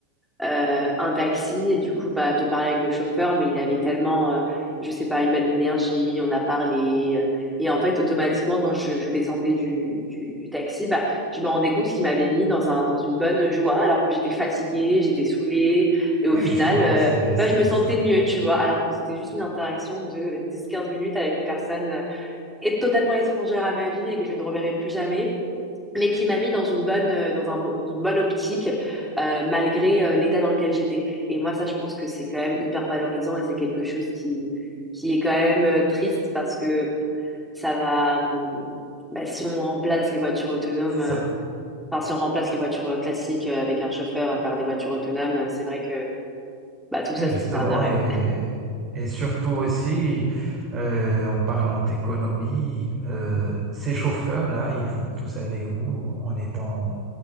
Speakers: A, in the centre; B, on the right.
A: euh, un taxi et du coup bah de parler avec le chauffeur mais il avait tellement euh, je sais pas une bonne énergie on a parlé euh, et en fait automatiquement quand je, je descendais du, du, du taxi bah je me rendais compte qu'il m'avait mis dans un dans une bonne joie alors que j'étais fatiguée j'étais saoulée et au
B: Oui,
A: final
B: justement,
A: euh,
B: c'est- c'était
A: bah je me sentais
B: ça.
A: mieux tu vois alors que c'était juste une interaction de dix quinze minutes avec une personne euh, est- totalement étrangère à ma vie et que je ne reverrai plus jamais mais qui m'a mis dans une bonne euh, dans un bon- dans une bonne optique euh, malgré euh, l'état dans lequel j'étais. Et moi ça je pense que c'est quand même hyper valorisant et c'est quelque chose qui qui est quand même euh, triste parce que ça va hum, bah, si on remplace les voitures autonomes
B: Ça
A: euh, enfin si on remplace les voitures euh, classiques euh, avec un chauffeur euh, par des voitures autonomes, euh, c'est vrai que bah tout ça
B: Oui, justement,
A: ça s'épargnerait.
B: et, et surtout aussi, euh, en parlant d'économie, euh, ces chauffeurs-là, ils vont tous aller où en étant,